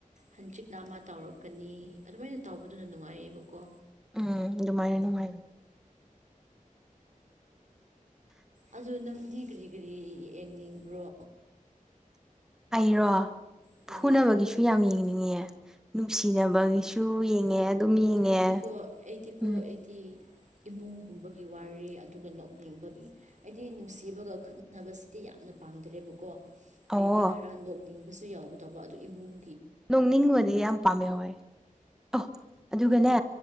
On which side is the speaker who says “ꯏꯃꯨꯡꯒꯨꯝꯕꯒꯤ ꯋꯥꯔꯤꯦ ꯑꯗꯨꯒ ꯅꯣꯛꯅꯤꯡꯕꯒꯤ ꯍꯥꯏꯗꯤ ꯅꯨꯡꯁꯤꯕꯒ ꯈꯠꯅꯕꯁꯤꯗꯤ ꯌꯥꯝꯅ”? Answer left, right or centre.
Right